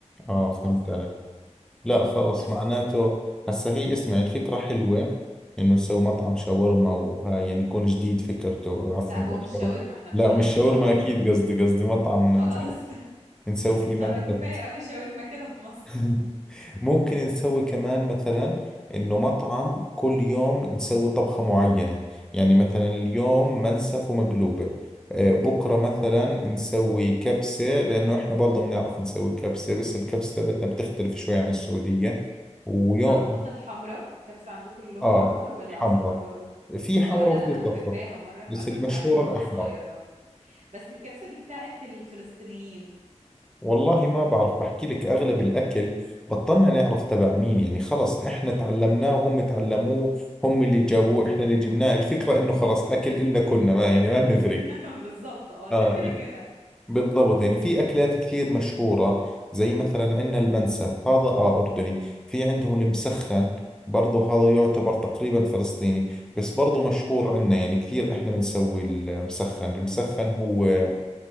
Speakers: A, in the centre; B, on the right (about 85°).
A: آه فهمت
B: أصلا
A: عليك لا
B: إن
A: خلص
B: بس
A: معناته هسا هي اسمع الفكرة حلوة إنه نسوي مطعم شاورما وهاي يعني يكون جديد فكرته عفوا
B: لا هو
A: قال
B: مش شاورما
A: شاورما.
B: احنا مش
A: لا
B: هنعمل
A: مش شاورما
B: شاورما
A: أكيد قصدي قصدي مطعم
B: خلاص
A: نسوي
B: <laughs>
A: فيه
B: خلاص
A: منتر
B: كفاية قوي شاورما كده في مصر
A: <laughs> ممكن نسوي كمان مثلا انه مطعم كل يوم نسوي طبخة معينة يعني مثلا اليوم منسف ومقلوبة آه، بكرة مثلا نسوي كبسة لأنه إحنا برضه بنعرف نسوي كبسة بس الكبسة تبعتنا بتختلف شوي عن السعودية ويوم
B: اعتقد حمراء الكبسة عندكم اللي لونها
A: آه
B: احمر ولا
A: حمرة
B: صفرة برضو
A: في حمرة
B: اه لا
A: وفي
B: لا انا
A: صفرة
B: فاكراها مرة اتعزمت
A: بس المشهورة
B: عليها وانا
A: الأحمر
B: صغيرة بس الكبسة دي بتاعت الفلسطينيين
A: والله ما بعرف بحكي لك أغلب الأكل بطلنا نعرف تبع مين يعني خلص إحنا تعلمناه وهم تعلموه هم اللي جابوه إحنا اللي جبناه الفكرة إنه خلص أكل إلنا كنا ما يعني ما بنفرق
B: <laughs> بالظبط اه
A: آه
B: ده كده
A: ي-
B: كده
A: بالضبط يعني في أكلات كثير مشهورة زي مثلا عندنا المنسف هذا آه أردني في عندهم المسخن برضه هذا يعتبر تقريبا فلسطيني بس برضه مشهور عندنا يعني كثير إحنا بنسوي المسخن المسخن هو